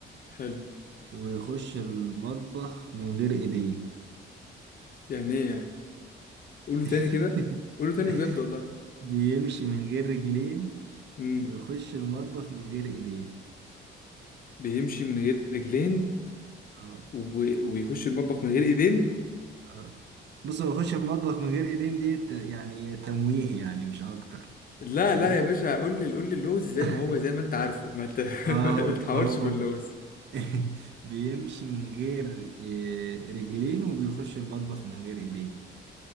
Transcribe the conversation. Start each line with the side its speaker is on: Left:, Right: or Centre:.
Left: حلو
Right: ويخش المطبخ من غير إيدين
Left: يعني ايه يعني قوله
Right: <laughs>
Left: تاني كده قوله تاني بجد والله
Right: بيمشي من غير رجلين
Left: امم
Right: ويخش المطبخ من غير إيدين
Left: بيمشي من غير رجلين
Right: آه
Left: و... ويخش المطبخ من غير ايدين
Right: آه بص هو يخش المطبخ من غير إيدين دي ت- يعني تمويه يعني مش أكتر
Left: لا
Right: تمام
Left: لا يا باشا قول لي قول لي اللغز زي
Right: <laughs>
Left: ما هو زي ما انت عارفه ما ت-
Right: اه
Left: <laughs> ما تحورش
Right: هو
Left: في اللغز
Right: بي- <laughs> بيمشي من غير آه، رجلين وبيخش المطبخ من غير ايدين